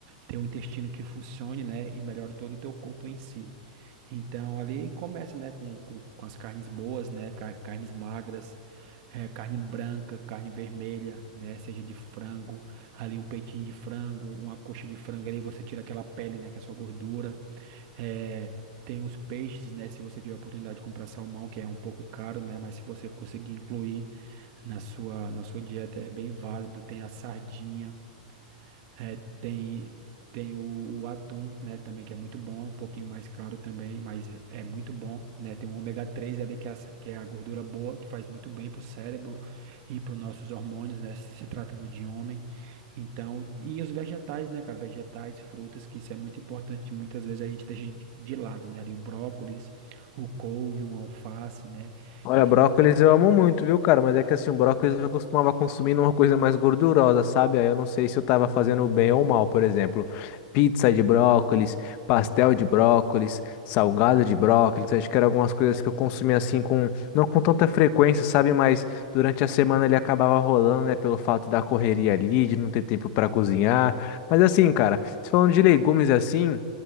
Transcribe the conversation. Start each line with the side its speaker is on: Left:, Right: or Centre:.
Right: ter um intestino que funcione, né? E melhore todo o teu corpo em si. Então, ali começa, né, com, com, com as carnes boas, né? ca- Carnes magras é, carne branca, carne vermelha, né? Seja de frango, ali um peitinho de frango, uma coxa de frango ali, você tira aquela pele, né? Que é só gordura. É, tem os peixes, né? Se você tiver a oportunidade de comprar salmão, que é um pouco caro, né? Mas se você conseguir incluir na sua, na sua dieta, é bem válido. Tem a sardinha. É, tem tem o, o atum, né, também que é muito bom, é um pouquinho mais caro também, mas é é muito bom, né? Tem o ômega 3 ali que é, essa- que é a gordura boa, que faz muito bem pro cérebro e para os nossos hormônios, né, se tratando de homem. Então, e os vegetais, né, cara, vegetais, frutas, que isso é muito importante, que muitas vezes a gente deixa de de lado, né? Ali o brócolis, o couve, um alface, né?
Left: Olha,
Right: E f-
Left: brócolis eu amo muito, viu, cara? Mas é que assim, o brócolis eu costumava consumir numa coisa mais gordurosa, sabe? Aí eu não sei se eu tava fazendo bem ou mal, por exemplo, pizza de brócolis, pastel de brócolis, salgado de brócolis. Acho que eram algumas coisas que eu consumia assim com, não com tanta frequência, sabe? Mas durante a semana ele acabava rolando, né? Pelo fato da correria ali, de não ter tempo pra cozinhar. Mas assim, cara, se falando de legumes assim.